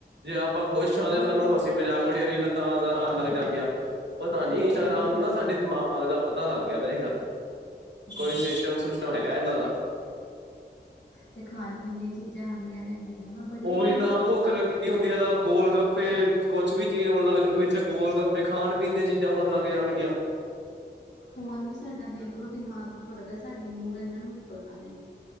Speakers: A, on the right; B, on the left.
A: ਜੇ ਆਪਾਂ ਖੁਸ਼ ਹਾਂ
B: ਦੇਖ
A: ਸਾਨੂੰ
B: ਲੋ
A: ਅਸੀਂ ਮਜ਼ਾਕ ਬੜੀਆ ਰੀਲਾਂ ਆਣ ਲੱਗ ਜਾਂਗੀਆਂ। ਪਤਾ ਨੀ ਇੰਸਟਾਗ੍ਰਾਮ
B: ਖਾਣ ਪੀਣ
A: ਨੂੰ ਨਾ ਸਾਡੇ ਦਿਮਾਗ ਦਾ ਪਤਾ ਲੱਗ ਗਿਆ ਮੇਰੇ ਖਿਆਲ
B: <inaudible>
A: ਕੋਈ ਸਿਸਟਮ ਸੁਸਟਮ ਹੈਗਾ ਇਹਨਾਂ ਦਾ
B: ਤੇ ਖਾਣ ਪੀਣ ਦੀਆਂ ਚੀਜ਼ਾਂ ਆਦੀਆਂ ਰੈਣਗੀਆਂ ਮੈਂ ਬੜੀ
A: ਉਹੀ
B: ਵਾਰੀ ਨੋਟਿਸ
A: ਤਾਂ ਭੁੱਖ
B: ਕੀਤਾ।
A: ਲੱਗੀ ਹੁੰਦੀ ਹੈ ਤਾਂ ਗੋਲ ਗੱਪੇ ਕੁਛ ਵੀ ਚੀਜ਼ ਹੋਣ ਲੱਗ ਜੋ ਕਿ ਵਿੱਚ ਗੋਲ ਗੱਪੇ ਖਾਣ ਪੀਣ ਦੇ ਚੀਜ 'ਚ ਆਉਣ ਲੱਗ ਜਾਣਗੀਆਂ।
B: ਫੋਨ ਵੀ ਸਾਡਾ ਦੇਖਲੋ ਦਿਮਾਗ ਪੜਦਾ ਸਾਡੇ ਮੂਡ ਇਨਾਂ ਨੂੰ ਵੀ ਪਤਾ ਨੇ।